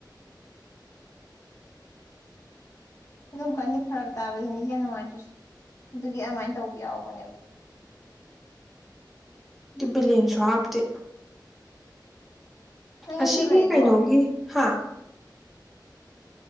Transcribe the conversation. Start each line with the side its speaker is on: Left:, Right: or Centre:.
Left: ꯑꯗꯨꯝ ꯀꯥꯟꯒꯤꯦ ꯐꯔꯛ ꯇꯥꯕꯁꯤ ꯃꯤꯁꯦ ꯌꯥꯝ ꯅꯨꯡꯉꯥꯏꯇ꯭ꯔꯁꯤꯦ ꯑꯗꯨꯒꯤ ꯑꯗꯨꯃꯥꯏꯅ ꯇꯧꯕ ꯌꯥꯎꯕꯅꯦꯕ
Centre: ꯗꯤꯕꯂꯤꯟ ꯁꯣꯞꯇ
Left: ꯅꯪ ꯌꯨꯝꯗ
Centre: ꯑꯁꯤꯒꯤ
Left: ꯂꯩꯀꯣ
Centre: ꯀꯩꯅꯣꯒꯤ ꯍꯥ